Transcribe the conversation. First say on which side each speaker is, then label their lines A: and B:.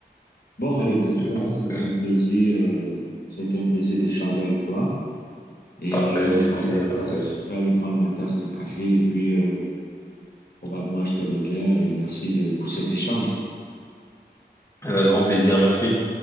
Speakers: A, on the left; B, on the left.
A: Bon, allez, Christian,
B: je pense
A: ça a été
B: que
A: un plaisir, euh, ça a été un plaisir d'échanger avec toi. Et
B: Partager,
A: je vais aller prendre
B: le plaisir
A: ma
B: est
A: tasse,
B: partagé.
A: je vais aller prendre ma tasse de café et puis euh, probablement je te reviens et merci de, pour cet échange.
B: Avec grand plaisir, merci.